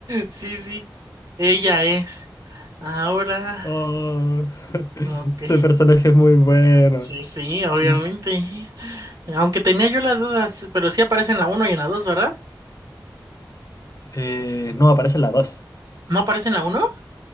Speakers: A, on the right (about 60°); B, on the left (about 50°).
A: Sí, sí, ella es. Ahora,
B: Oh, ese
A: ok.
B: personaje es muy bueno.
A: Sí, sí, obviamente.
B: <laughs>
A: Aunque tenía yo las dudas, pero sí aparece en la uno y en la 2, ¿verdad?
B: Eh, no, aparece la dos
A: ¿No aparece en la uno?